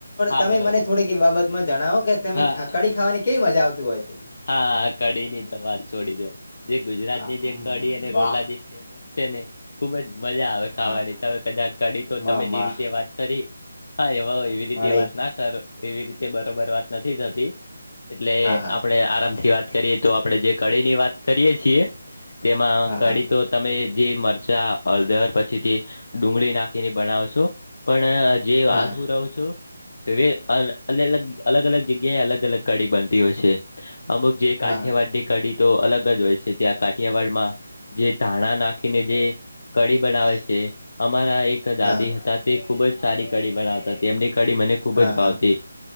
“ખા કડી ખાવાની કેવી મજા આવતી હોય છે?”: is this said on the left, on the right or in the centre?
Left